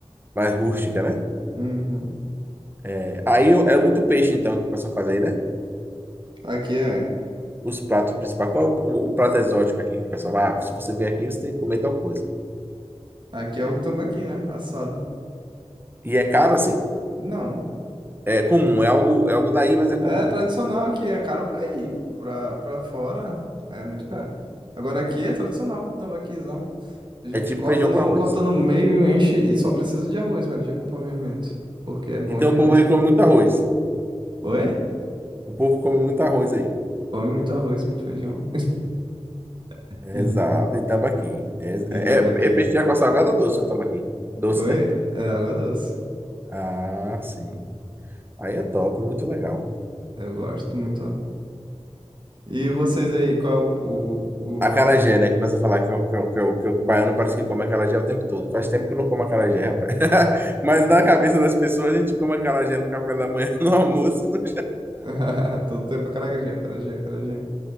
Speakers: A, on the right (about 20°); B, on the right (about 45°).
A: mais rústica, né?
B: Uhum.
A: É, aí eu- é muito peixe, então, que o pessoal faz aí, né?
B: Aqui é.
A: Os pratos principais. Qual é o, o prato exótico aqui que o pessoal vai? Ah, se você vier aqui, você tem que comer tal coisa.
B: Aqui é o tambaqui, né? Assado.
A: E é caro assim?
B: Não.
A: É comum. É algo, é algo daí, mas é
B: É
A: comum.
B: tradicional aqui, é caro pra ir. Pra, pra fora é muito caro. Agora aqui é tradicional o tambaquizão. A gente
A: É tipo
B: corta
A: feijão
B: no,
A: com arroz.
B: corta no meio, enche e só precisa de arroz, velho, de acompanhamento. Porque é bom
A: Então
B: demais.
A: o povo aí come muito arroz.
B: Oi?
A: O povo come muito arroz aí.
B: Come muito arroz, muito feijão. <laughs>
A: Exato, e tambaqui. É,
B: E tambaqui.
A: é, é peixe de água salgada ou doce o tambaqui? Doce,
B: Oi?
A: né?
B: É água doce.
A: Ah, sim. Aí é top, muito legal.
B: Eu gosto muito, ó. E vocês aí, qual é o, o...
A: Acarajé,
B: o-
A: né? Que começa a falar que, o- que, o- que, o- que o baiano parece que come acarajé o tempo todo. Faz tempo que eu não como acarajé, rapaz. <laughs> Mas na cabeça das pessoas, a gente come acarajé no café da manhã, no almoço. <laughs> no
B: <laughs> Todo tempo é acarajé, acarajé, acarajé.